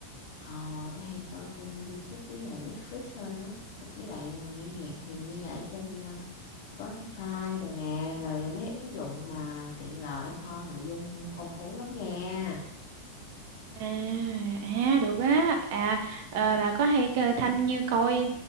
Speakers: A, on the left; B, on the right.
A: ờ tôi hay coi trên YouTube với lại Netflix hơn á với lại ờ, nghe nhạc thì nghe ở trên ờ, Spotify đồ nè rồi mấy ứng dụng mà tiện lợi kho nội dung phong phú lắm nha
B: À, à được á. À, ờ, bà có hay ờ, tham như coi